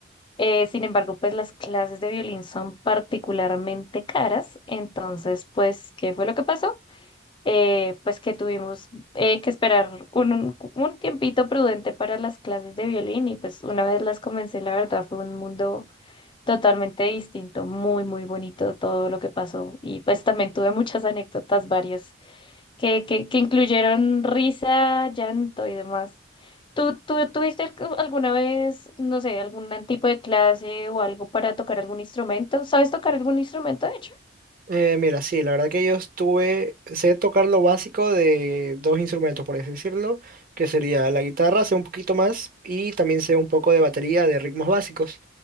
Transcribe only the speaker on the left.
Eh, sin embargo, pues las clases de violín son particularmente caras, entonces, pues, ¿qué fue lo que pasó? Eh, pues que tuvimos eh, que esperar un, un, un tiempito prudente para las clases de violín y pues una vez las comencé, la verdad fue un mundo totalmente distinto, muy, muy bonito todo lo que pasó y pues también tuve muchas anécdotas varias que, que, que incluyeron risa, llanto y demás. ¿Tú, tú tuviste algu- alguna vez, no sé, algún tipo de clase o algo para tocar algún instrumento? ¿Sabes tocar algún instrumento, de hecho?